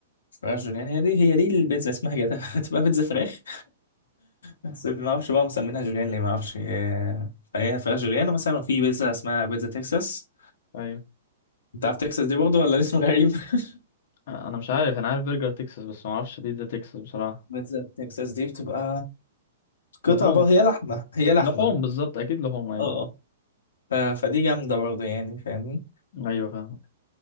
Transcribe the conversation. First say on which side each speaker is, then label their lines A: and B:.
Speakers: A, on the left; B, on the left.
A: فراخ جوليان هي دي هي دي البيتزا اسمها كده <laughs> تبقى بيتزا فراخ بس ما اعرفش بقى مسمينها جوليان ليه ما اعرفش آه، فهي فراخ جوليان ومثلا في بيتزا اسمها بيتزا تكساس
B: ايوه
A: انت عارف تكساس دي برضه ولا الاسم غريب <laughs>
B: انا مش عارف انا عارف برجر تكساس بس ما اعرفش بيتزا تكساس بصراحه
A: بيتزا تكساس دي بتبقى قطع
B: لحوم
A: بقى هي لحمه هي لحمه
B: لحوم بالظبط اكيد لحوم ايوه
A: اه اه ف- فدي جامده برضه يعني فاهمني
B: ايوه فاهم